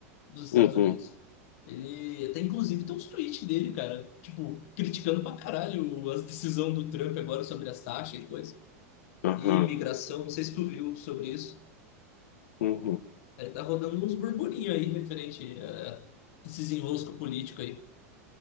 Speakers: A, on the left (about 60°); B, on the left (about 75°).
A: dos Estados
B: Uhum,
A: Unidos. Ele até inclusive tem uns tweets dele, cara, tipo, criticando pra caralho as decisões do Trump agora sobre as taxas e coisa.
B: uhum,
A: e imigração, não sei se tu viu sobre isso.
B: uhum.
A: Aí tá rodando uns burburinhos aí referente eh, a esses enroscos políticos aí.